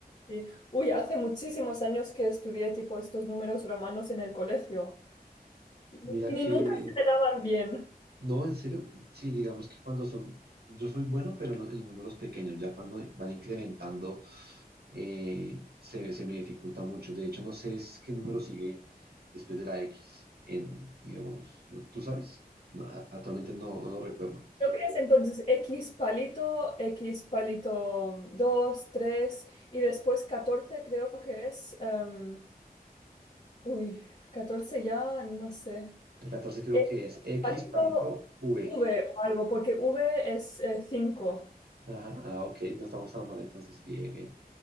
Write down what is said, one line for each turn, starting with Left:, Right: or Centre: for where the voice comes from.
Left: Sí. Uy, hace muchísimos años que estudié tipo estos números romanos en el colegio y,
Right: Mira
Left: y ni
Right: que,
Left: nunca se me daban bien.
Right: no, en serio, sí, digamos que cuando son, yo soy bueno, pero en los- en números pequeños, ya cuando van incrementando, eh, se, se me dificulta mucho. De hecho, no sé es qué número sigue después de la X en, digamos, ¿no- ¿tú sabes? No, a- actualmente no, no lo recuerdo.
Left: Creo que es entonces X palito, X palito mm, 2 3 y después 14 creo que es... em, uy, 14 ya no sé.
Right: El 14 creo
Left: X
Right: que es X
Left: palito
Right: parito V.
Left: V o algo, porque V es eh, cinco
Right: Ajá, ah, ok, no estamos tan mal entonces, bien, bien.